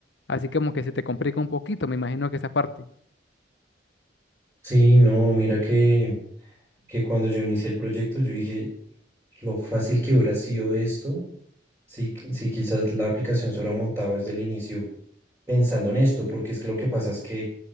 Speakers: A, on the left (about 70°); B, on the right (about 15°).
A: así como que se te complica un poquito, me imagino que esa parte.
B: Sí, no, mira que, que cuando yo inicié el proyecto, yo dije, lo fácil que hubiera sido esto, si, si quizás la aplicación se hubiera montado desde el inicio pensando en esto, porque es que lo que pasa es que